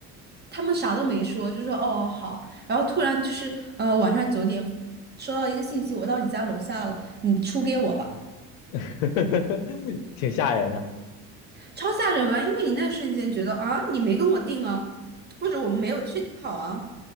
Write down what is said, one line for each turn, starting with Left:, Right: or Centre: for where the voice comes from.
Right: 他们啥都没说，就说哦好，然后突然就是呃晚上九点收到一个信息，我到你家楼下了，你出给我吧，
Left: <laughs> 挺吓人的。
Right: 超吓人啊！因为你那瞬间觉得啊你没跟我定啊，或者我们没有确定好啊，